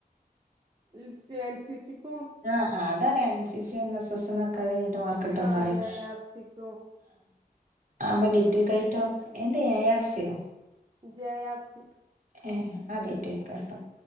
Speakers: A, on the right; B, on the right.
A: <unintelligible> എൻസിസി ക്ക് -
B: ആ അതറിയാം N C C N S S എന്നൊക്കെഅത് കഴിഞ്ഞിട്ട് മാർക്ക് കിട്ടും എന്നറിയാം
A: ആ ജെ ആർ സിക്കും
B: അവനിക്- <inaudible> <unintelligible> എന്ത് ക്കോ <unintelligible>
A: ജെ ആർസി
B: ഏ ആദ്യ ആയിട്ട് കേക്ക